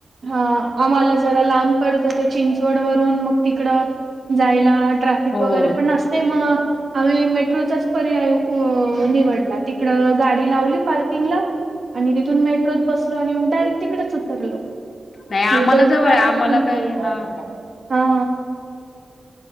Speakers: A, on the right; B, on the left.
A: हा आम्हाला जरा लांब पडतं ते चिंचवड वरून मग तिकडं जायला ट्रॅफिक
B: हो.
A: वगैरे पण असतय मग आम्ही मेट्रोचाच पर्याय निवडला तिकडं गाडी लावली पार्किंगला आणि तिथून मेट्रोत बसलो आणि मग डायरेक्ट तिकडेच उतरलो
B: नाही आम्हाला
A: म्हणजे तेवढं
B: जवळ
A: ट्रॅफिक
B: आहे. आम्हाला
A: पण
B: काय
A: कमी
B: हां.
A: हा